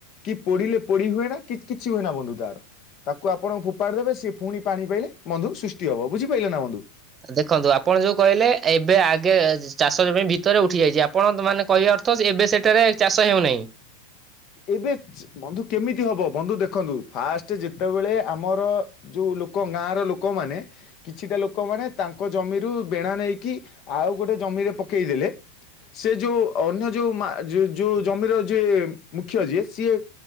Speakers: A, on the left; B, on the right.
A: କି ପୋଡ଼ିଲେ ପୋଡ଼ି ହୁଏନା କି କିଛି ହୁଏ ନା ବନ୍ଧୁ ତାର। ତାକୁ ଆପଣ ଫୋପାଡି ଦେବେ ସିଏ ପୁଣି ପାଣି ପାଇଲେ ବନ୍ଧୁ ସୃଷ୍ଟି ହବ ବୁଝିପାରିଲ ନାଁ ବନ୍ଧୁ।
B: ଦେଖନ୍ତୁ ଆପଣ ଯୋଉ କହିଲେ ଏବେ ଆଗେ ଚାଷ ଜମି ଭିତରେ ଉଠି ଯାଇଛି ଆପଣ ମାନେ କହିବା ଅର୍ଥ। ଏବେ ସେଠାରେ ଚାଷ ହେଉନାହିଁ।
A: ଏବେ ବନ୍ଧୁ କେମିତି ହବ ବନ୍ଧୁ ଦେଖନ୍ତୁ ଫାଷ୍ଟ ଯେତେବେଳେ ଆମର। ଯୋଉ ଲୋକ ଗାଁ ର ଲୋକମାନେ। କିଛିଟା ଲୋକମାନେ ତାଙ୍କ ଜମିରୁ ବେଣା ନେଇକି ଆଉ ଗୋଟେ ଜମିରେ ପକେଇଦେଲେ। ସେ ଯୋଉ ଅନ୍ୟ ଯୋଉ ମା ଯୋଉ ଯୋଉ ଜମିର ଯିଏ। ମୁଖ୍ୟ ଯିଏ ସିଏ